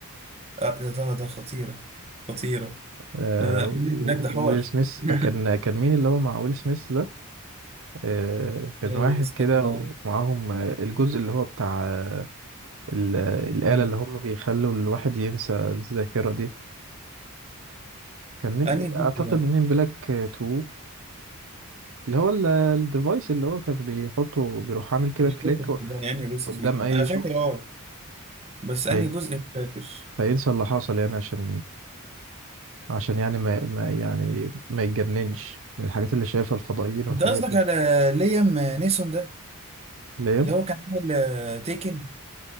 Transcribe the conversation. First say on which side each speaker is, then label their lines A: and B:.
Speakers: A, on the right; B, on the right.
A: آه ده ده ده خطيرة خطيرة
B: آه
A: لا لا مين اللي
B: و-
A: بلاك ده حوار
B: ويل سميث
A: <laughs>
B: كان كان مين اللي هو مع ويل سميث ده آه كان
A: آه،
B: واحد
A: استنى
B: كده ومعاهم آه، الجزء اللي هو بتاع آه، ال- آه، الآلة
A: مين
B: اللي هم بيخلوا الواحد ينسى الذاكرة دي كان مين
A: انهي جزء
B: اعتقد
A: ده
B: مين بلاك 2 اللي هو ال- الديفايس اللي هو كان بيحطه بيروح عامل كده
A: مش
B: كليك
A: فاكر صدقني انهي جزء
B: قدام
A: فيهم
B: اي
A: انا فاكر
B: شخص
A: اه بس انهي
B: في-
A: جزء مش فاكر
B: فينسى اللي حصل يعني عشان عشان يعني ما, ما يعني ما يتجننش من الحاجات اللي شايفها الفضائيين والحاجات
A: انت قصدك
B: دي
A: على ليام نيسون ده
B: اللي هي
A: اللي هو كان عامل آه، تيكن